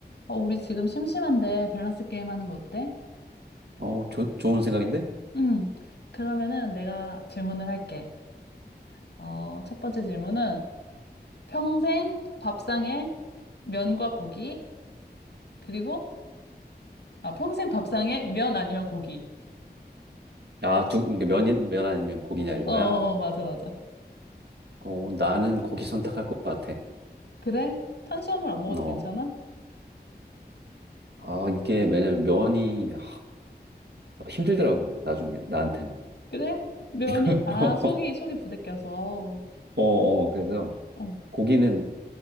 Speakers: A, on the left; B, on the right.
A: 어, 우리 지금 심심한데 밸런스 게임 하는 거 어때?
B: 어, 조, 좋은 생각인데?
A: 음, 그러면은 내가 질문을 할게. 어, 첫 번째 질문은 평생 밥상에 면과 고기, 그리고, 아, 평생 밥상에 면 아니면 고기.
B: 아, 두, 그러니까 면, 면 아니면 고기냐, 이거야?
A: 어, 어, 어, 맞아, 맞아.
B: 어, 나는 고기 선택할 것 같아.
A: 그래? 탄수화물 안 먹어도
B: 어,
A: 괜찮아?
B: 아, 이게, 왜냐면 면이, 아, 힘들더라고, 나중에, 나한테는.
A: 그래? 면이,
B: <laughs>
A: 아, 속이, 속이 부대껴서.
B: 어, 어, 그래서
A: 어,
B: 고기는